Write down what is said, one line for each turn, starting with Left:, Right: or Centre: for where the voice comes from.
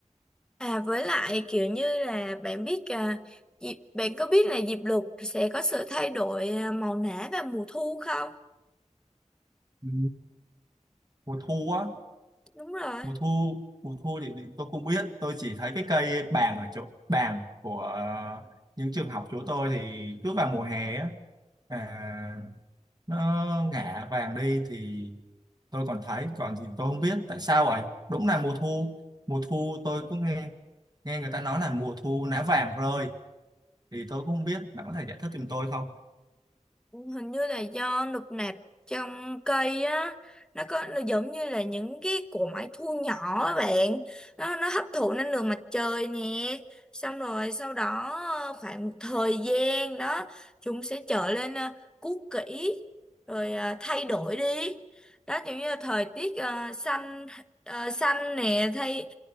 Centre: À với lại kiểu như là bạn biết à, diệp, bạn có biết là diệp lục sẽ có sự thay đổi à, màu nã vào mùa thu không?
Right: Ừ. mùa thu á
Centre: Đúng rồi.
Right: mùa thu mùa thu thì tôi không biết tôi chỉ thấy cái cây bàng ở chỗ bàng của ờ, những trường học chỗ tôi thì cứ vào mùa hè á là nó ngả vàng đi thì tôi còn thấy còn thì tôi không biết tại sao vậy đúng là mùa thu mùa thu tôi cũng nghe nghe người ta nói là mùa thu lá vàng rơi thì tôi cũng không biết bạn có thể giải thích giùm tôi không
Centre: hình như là do nụp nạp trong cây á nó có nó giống như là những cái cỗ máy thu nhỏ á bạn nó nó hấp thụ năng lượng mặt trời nè xong rồi sau đó ờ, khoảng một thời gian đó chúng sẽ trở lên ờ, cũ kỹ rồi ờ, thay đổi đi đó giống như là thời tiết ờ, xanh ờ, xanh nè thay